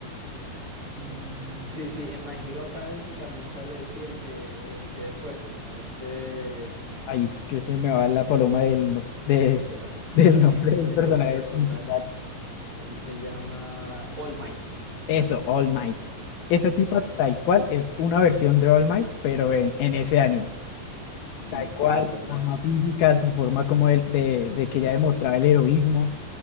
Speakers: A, on the right (about 35°); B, on the left (about 75°).
A: mm, sí, sí, en My Hero Academy también sale, sí, el que, el que es fuerte, a este...
B: ahí es que se me va la paloma
A: S-
B: del, no- de,
A: Sí, yo, tam-
B: <laughs> del
A: yo también
B: nombre
A: estoy
B: del
A: intentando
B: personaje
A: recordarlo.
B: principal.
A: Él se llama All Might.
B: Eso, All Might. Esa tipa
A: Sí,
B: tal cual es una versión de All Might, pero en, en ese anime.
A: sí,
B: Tal
A: sí,
B: cual,
A: es verdad.
B: forma física, su forma como el, de, de que ya demostraba el heroísmo.